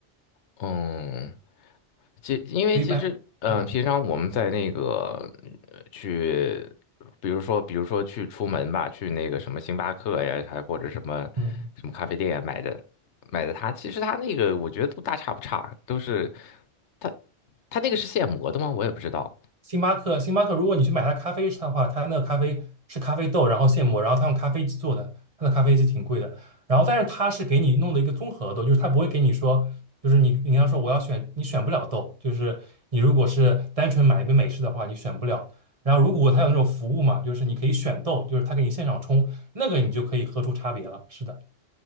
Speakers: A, on the left; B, on the right.
A: 嗯，其因为其实嗯、
B: 不一般，嗯
A: 呃平常我们在那个呃去，比如说比如说去出门吧，去那个什么星巴克呀，还或者什么什么咖啡店呀买的
B: 嗯。
A: 买的它，其实它那个我觉得都大差不差，都是它它那个是现磨的吗？我也不知道。
B: 星巴克，星巴克，如果你去买它咖啡的话，它那个咖啡是咖啡豆，然后现磨，然后它用咖啡机做的，它的咖啡机挺贵的。然后，但是它是给你弄的一个综合豆，就是它不会给你说，就是你你要说我要选，你选不了豆，就是你如果是单纯买一杯美式的话，你选不了。然后，如果它有那种服务嘛，就是你可以选豆，就是它给你现场冲，那个你就可以喝出差别了。是的，